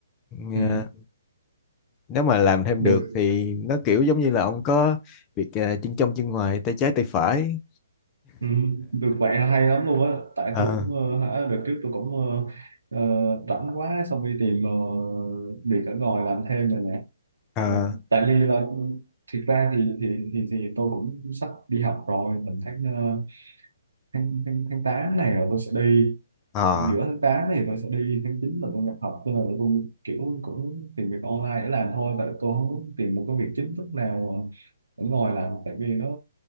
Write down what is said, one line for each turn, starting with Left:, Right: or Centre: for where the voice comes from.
Left: Ờ,
Right: ừ.
Left: nếu mà làm thêm
Right: được
Left: được thì nó kiểu giống như là ông có việc à, chân trong chân ngoài tay trái tay phải
Right: Ừ, được vậy là hay lắm luôn á tại
Left: ờ
Right: tôi cũng ờ, hả, đợt trước tôi cũng ờ, ờ, rảnh quá xong đi tìm ờ, việc ở ngoài làm thêm rồi nè
Left: ờ
Right: Ờ, tại vì là ừ, thiệt ra thì thì thì thì tôi cũng sắp đi học rồi mình tháng ờ, tháng tháng tháng 8 này là tôi sẽ đi
Left: ờ
Right: giữa tháng 8 này tôi sẽ đi tháng 9 là tôi nhập học cho nên là tôi kiểu cũng tìm việc online để làm thôi tại tôi không muốn tìm một cái việc chính thức nào ờ, ở ngoài làm tại vì nó